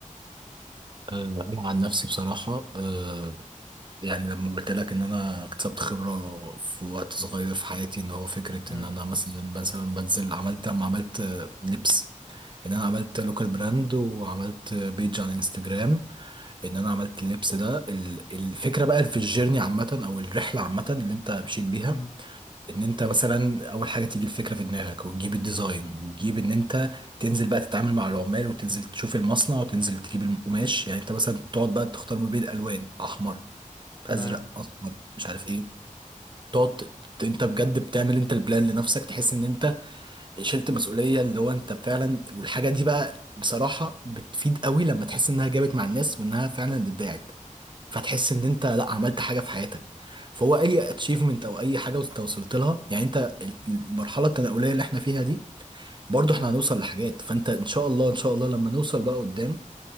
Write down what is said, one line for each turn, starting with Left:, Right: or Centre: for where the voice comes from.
Right: آه، انا عن نفسي بصراحه آه، يعني لما قلت لك ان انا اكتسبت خبره في وقت صغير في حياتي ان هو فكره
Left: امم
Right: ان انا مثلا مثلا بنزل عملت لما عملت آه، لبس ان انا عملت لوكال براند وعملت بيج على انستجرام ان انا عملت اللبس ده ال- الفكره بقى في الجيرني عامه او الرحله عامه اللي انت مشيت بيها
Left: امم
Right: ان انت مثلا اول حاجه تيجي الفكره في دماغك وتجيب الديزاين وتجيب ان انت تنزل بقى تتعامل مع العمال وتنزل تشوف المصنع وتنزل تجيب القماش يعني انت مثلا تقعد بقى تختار ما بين الالوان احمر ازرق
Left: ايوه
Right: اصفر مش عارف ايه تقعد ت- انت بجد بتعمل انت البلان لنفسك تحس ان انت شلت مسؤوليه اللي هو انت فعلا والحاجه دي بقى بصراحه بتفيد قوي لما تحس انها جابت مع الناس وانها فعلا اتباعت فتحس ان انت لا عملت حاجه في حياتك فهو اي اتشيفمنت او اي حاجه انت وصلت لها يعني انت المرحله التناوليه اللي احنا فيها دي برضو
Left: امم
Right: احنا هنوصل لحاجات فانت ان شاء الله ان شاء الله لما نوصل بقى قدام